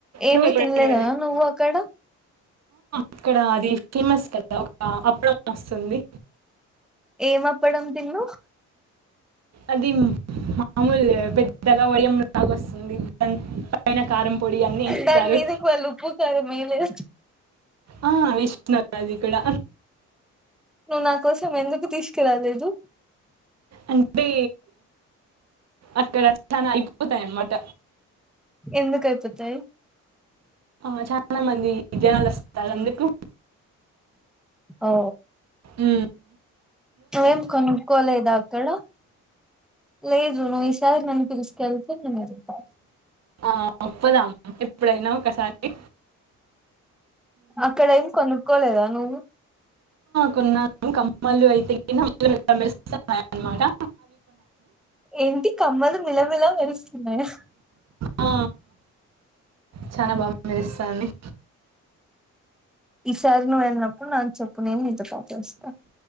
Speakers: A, in the centre; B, on the right.
A: ఏమి
B: నువ్వు ఎప్పుడైనా
A: తినలేదనా నువ్వు అక్కడ
B: ఇక్కడ అద ఫీమస్ కదా ఒక అప్డ వస్తుంది
A: ఏమప్పడం తిన్న
B: అదిమ మామూలు పెద్దగా ఉడియంలాగ వస్తుంది దాని పైన కారం పొడి అన్ని ఇస్తారు
A: దాని మీదకి వాళ్ళు ఉప్పు కారం వేయలేదా
B: ఆ విష్ణది కూడా
A: నువ్వు నా కోసం ఎందుకు తీసుకురాలేదు
B: అంటే అక్కడ చనా అయిపోతాయి అన్నమాట
A: ఎందు కైపోతాయి
B: ఆ చాలా మంది జనాలు వస్తారు అందుకు
A: ఓ
B: ఉ
A: నువ్వేం కనుకోలేద అక్కడ లేదురు నువ ఇ సార్ నం పిల్సుకెళ్తే న ఇతా
B: ఆ అప్పదా అక ఎప్పుడైనా ఒకసారి
A: అక్కడ ఏం కొనుక్కోలేదా నువ్వు
B: కొన్నాను కమ్మలు అయితే ఇ మామాగా
A: ఏంటి కమ్మలు మిలమిల మెరూస్తున్నాయా
B: ఆ చనాా బాగా మెరుస్తున్నాయ్
A: ఈసారిని వెళ్ళినప్పుడు నాకు చెప్పు నేను నీతో పాటు వస్తా